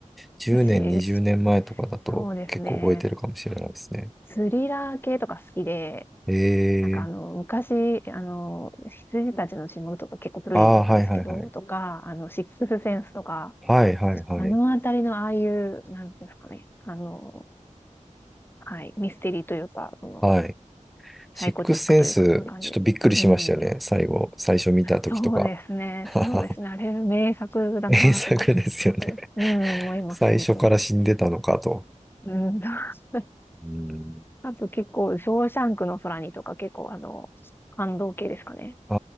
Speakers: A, in the centre; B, on the left (about 15°).
A: 10年、
B: ー、私、
A: 20年前とかだと結構覚えてるかもしれないですね。
B: そうですね。スリラー系とか好きで、
A: えー、
B: なんかあの、昔、あの、羊たちの沈黙とか結構古いやつですけど、
A: ああー、はいはいはい。
B: とか、あの、シックスセンスとか、
A: はいはいはい。
B: あのあたりのああいう、なんていうんですかね、あの、はい、ミステリーというか、その、
A: はい。
B: サイコチックというか、
A: シックスセンス、
B: そういう感じ。
A: ちょっとびっくりしましたよね。
B: うん。
A: 最後、最初見た時とか。
B: そうですね、
A: <laughs>
B: そうですね、あれ、名作だなとか、
A: 名作ですよね。
B: ちょっと、うん、
A: <laughs>
B: 思います、
A: 最初から死んでたのかと。
B: 本当に。うん。<laughs>
A: うん。
B: あと結構、ショーシャンクの空にとか、結構、あの、感動系ですかね。
A: あ